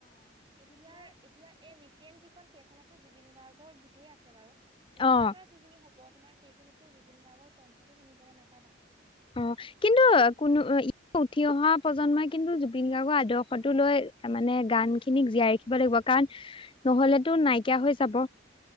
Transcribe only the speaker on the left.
অ
অঁ, কিন্তু কোনো ই উঠি অহা প্ৰজন্মই কিন্তু জুবিন গাৰ্গৰ আদৰ্শটো লৈ তাৰ মানে গান খিনিক জীয়াই ৰাখিব লাগিব, কাৰণ নহলেতো নাইকিয়া হৈ যাব।